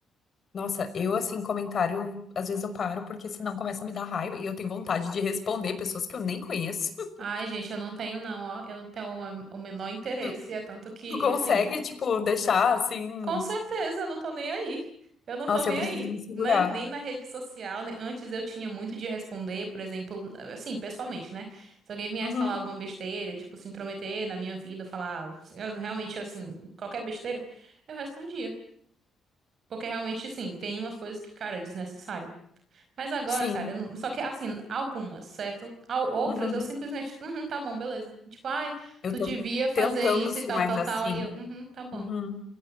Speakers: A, on the left; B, on the right.
A: Nossa, eu assim, comentário, às vezes eu paro, porque senão começa a me dar raiva e eu tenho vontade de responder pessoas que eu nem conheço. <laughs>
B: Ai, gente, eu não tenho não, ó. Eu não tenho o o menor interesse.
A: Tu,
B: É tanto que,
A: tu consegue,
B: assim,
A: tipo, deixar assim.
B: com certeza eu não tô nem aí. Eu não
A: Nossa,
B: tô nem
A: eu preciso
B: aí.
A: me segurar.
B: Nem, nem na rede social. nem- Antes eu tinha muito de responder, por exemplo, assim, pessoalmente, né? Se alguém viesse
A: Uhum,
B: falar alguma besteira, tipo, se intrometer na minha vida, falar eu, realmente, assim, qualquer besteira, eu respondia. Porque realmente, sim, tem umas coisas que, cara, é desnecessário. Mas agora,
A: sim.
B: cara, eu não... só que, assim, algumas, certo? Al- Outras
A: Uhum.
B: eu simplesmente, uhum, tá bom, beleza. Tipo, ai,
A: Eu
B: tu
A: tô
B: devia fazer
A: tentando
B: isso
A: ser
B: e tal,
A: mais
B: tal,
A: assim.
B: tal. Aí eu, uhum, tá bom.
A: Uhum.